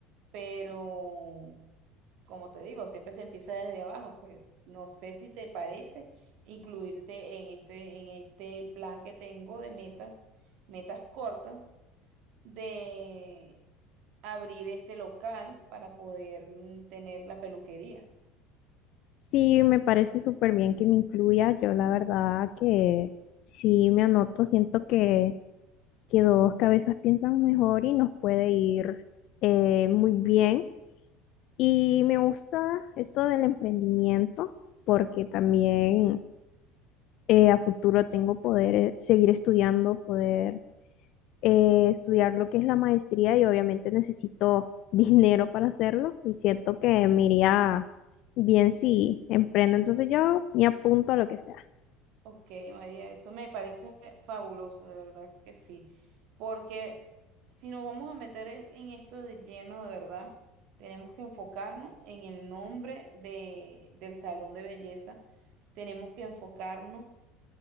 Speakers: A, on the right; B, on the left.
A: pero como te digo, siempre se empieza desde abajo, pues no sé si te parece incluirte en este, en este plan que tengo de metas, metas cortas, de abrir este local para poder mm, tener la peluquería.
B: Sí, me parece súper bien que me incluya. Yo la verdad que sí me anoto. Siento que, que dos cabezas piensan mejor y nos puede ir eh, muy bien. Y me gusta esto del emprendimiento porque también eh, a futuro tengo poder eh, seguir estudiando, poder eh, estudiar lo que es la maestría y obviamente necesito <laughs> dinero para hacerlo y siento que me iría bien si emprendo. Entonces yo me apunto a lo que sea.
A: Ok, María, eso me parece fabuloso, de verdad que sí. Porque si nos vamos a meter e- en esto de lleno, de verdad, tenemos que enfocarnos en el nombre de, del salón de belleza. Tenemos que enfocarnos